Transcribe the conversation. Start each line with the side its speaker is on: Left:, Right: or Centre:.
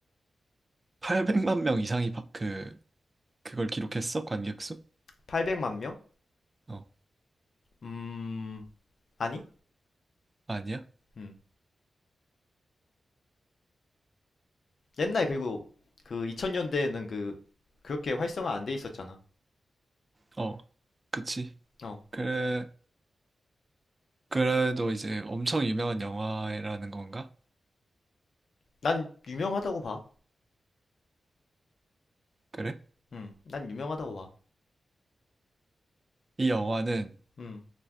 Right: 800만 명 이상이 바- 그 그걸 기록했어 관객수?
Left: 800만 명?
Right: 어
Left: 음, 아니?
Right: 아니야?
Left: 음. 옛날 그리고 그 2000년대에는 그, 그렇게 활성화 안 돼 있었잖아.
Right: 어 그치
Left: 어.
Right: 그래, 그래도 이제 엄청 유명한 영화라는 건가?
Left: 난 유명하다고 봐.
Right: 그래?
Left: 음, 난 유명하다고 봐.
Right: 이 영화는
Left: 음,